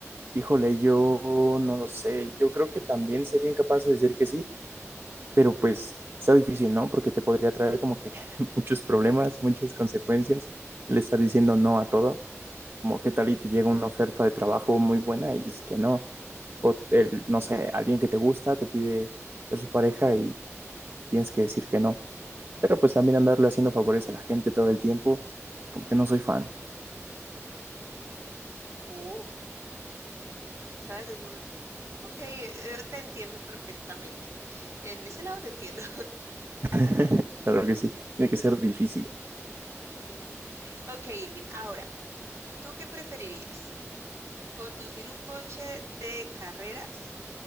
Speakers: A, on the right (about 45°); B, on the right (about 65°).
A: Híjole, yo no lo sé, yo creo que también sería incapaz de decir que sí, pero pues está difícil, ¿no? Porque te podría traer como que <laughs> muchos problemas, muchas consecuencias el estar diciendo no a todo. Como qué tal y te llega una oferta de trabajo muy buena y dices que no. O el, no sé, alguien que te gusta te pide ser su pareja y tienes que decir que no. Pero pues también andarle haciendo favores a la gente todo el tiempo, como que no soy fan.
B: Oh, ¿sabes? Es un... Ok, eh, te entiendo perfectamente. En ese lado te entiendo.
A: <laughs> Claro que sí, tiene que ser difícil.
B: <laughs> Ujú. Ok, Irving, ahora, ¿tú qué preferirías? ¿Conducir un coche de carreras